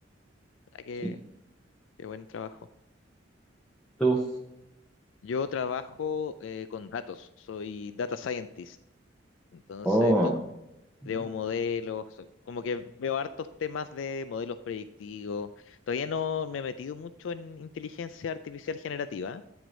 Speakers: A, on the left; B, in the centre.
A: Ah, qué,
B: ¿Y
A: qué buen trabajo.
B: tú?
A: Yo trabajo eh, con datos, soy data scientist, entonces
B: Oh,
A: to-
B: ya,
A: creo modelos, soy- como que veo hartos temas de modelos predictivos. Todavía no me he metido mucho en inteligencia artificial generativa,